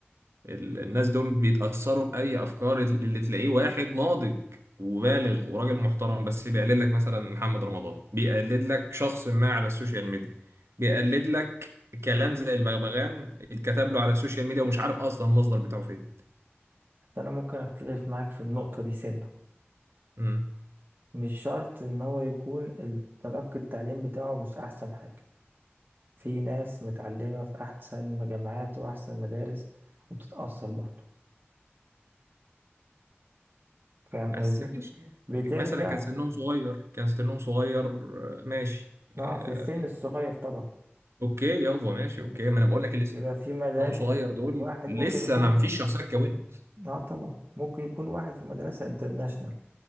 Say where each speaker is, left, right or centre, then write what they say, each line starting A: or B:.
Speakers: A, on the right; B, on the right.
A: ال- الناس دول بيتأثروا بأي أفكار اللي تلاقيه واحد ناضج وبالغ وراجل محترم بس بيقلد لك مثلا محمد رمضان بيقلد لك شخص ما على السوشيال ميديا بيقلد لك كلام زي البغبغان اتكتب له على السوشيال ميديا ومش عارف أصلا المصدر بتاعه فين
B: أنا ممكن أختلف معاك في النقطة دي سنة
A: مم.
B: مش شرط إن هو يكون تلقي التعليم بتاعه مش أحسن حاجة في ناس متعلمة في أحسن جامعات وأحسن مدارس وبتتأثر برضه فاهم
A: بس
B: قصدي؟
A: ماشي
B: بترجع
A: مثلا كان سنهم صغير كان سنهم صغير آه، ماشي
B: اه
A: آه،
B: في السن الصغير طبعا
A: اوكي يابا ماشي
B: السن
A: اوكي
B: الصغير
A: ما انا بقول لك اللي سنهم
B: بيبقى في مدارس
A: صغير دول
B: واحد
A: لسه
B: ممكن يكون
A: ما فيش شخصية اتكونت
B: اه طبعا ممكن يكون واحد في مدرسة انترناشونال